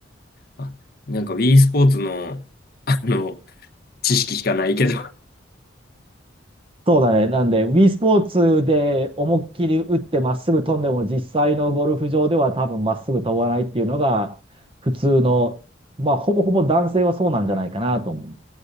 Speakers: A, on the left; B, on the right.
A: あ、なんかウィースポーツの、あの、知識しかないけど。
B: そうだね。なんで、ウィースポーツで思いっきり打ってまっすぐ飛んでも実際のゴルフ場では多分まっすぐ飛ばないっていうのが普通の、まあほぼほぼ男性はそうなんじゃないかなと思う。